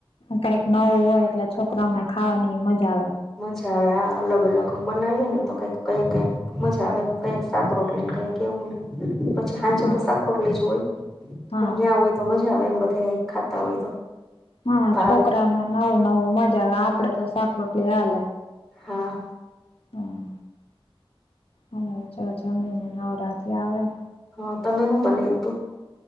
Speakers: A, on the left (about 75°); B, in the centre.
A: કાંઈક નવું હોય એટલે છોકરાઓને ખાવાની મજા આવે.
B: મજા આવે હા અલગ અલગ બનાવીએ ને તો કઈક કઈક કઈક મજા આવે કઈક શાક રોટલીને કઈક એવું હોય પછી હાંજે
A: હા
B: તો શાક રોટલી જ હોય
A: હા
B: પણ ન્યાં હોય. તો મજા આવે એમ બધાય ખાતા હોય તો.
A: હા
B: ભાવે
A: છોકરાઓને નવું નવું મજા આવે. આપડે તો શાક રોટલી હાલે.
B: હા.
A: હમ અમે જો જમીને નવરા થયા હવે.
B: હા તમે હું બનેવ્યું તું?